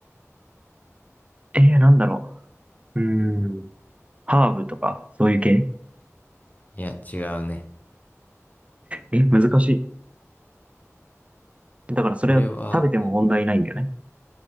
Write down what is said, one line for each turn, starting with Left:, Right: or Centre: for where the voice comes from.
Right: えー、なんだろう。うーん、ハーブとか、そういう系
Left: いや、違うね。
Right: え、難しい。だからそれは食べても問題ないんだよね。
Left: 俺は、